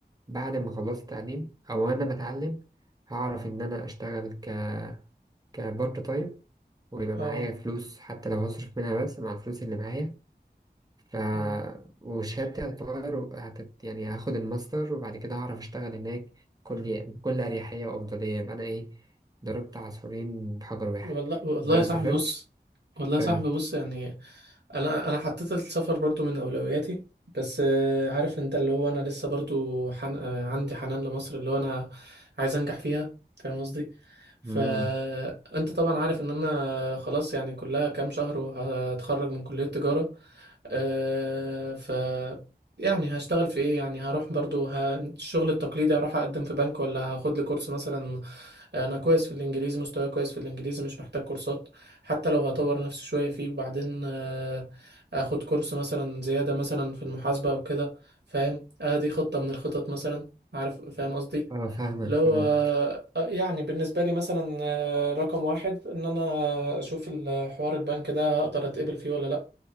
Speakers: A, on the right (about 20°); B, on the right (about 80°).
A: بعد ما خلصت تعليم او انا بتعلم هعرف ان انا اشتغل ك كبارت تايم ويبقى
B: اه
A: معايا فلوس حتى لو هصرف منها بس مع الفلوس اللي معايا ف
B: امم
A: وشهادتي هتتغير وهتت... يعني هاخد الماستر وبعد كده هعرف اشتغل هناك بكل بكل اريحيه وافضليه يبقى انا ايه ضربت عصفورين بحجر واحد
B: والله والله
A: ان انا
B: يا صاحبي
A: سافرت
B: بص والله
A: اشتغلت
B: يا صاحبي بص يعني انا انا حطيت السفر برضو من اولوياتي بس آه، عارف انت اللي هو انا لسه برضو حن... آه، عندي حنان لمصر اللي هو انا عايز انجح فيها فاهم قصدي فانت
A: امم
B: طبعا عارف ان انا خلاص يعني كلها كام شهر وهتخرج من كلية تجارة آه، ف يعني هشتغل في ايه يعني هروح برضو ه... الشغل التقليدي هروح اقدم في بنك ولا هاخد لي كورس مثلا انا كويس في الانجليزي مستواي كويس في الانجليزي مش محتاج كورسات حتى لو هطور نفسي شوية فيه وبعدين آه، اخد كورس مثلا زيادة مثلا في المحاسبة او كده فاهم آه دي خطة من الخطط مثلا عارف فاهم قصدي
A: اه فاهمك
B: لو
A: فاهمك
B: آه، آه، يعني بالنسبة لي مثلا آه، رقم واحد ان انا اشوف الحوار البنك ده هقدر اتقبل فيه ولا لا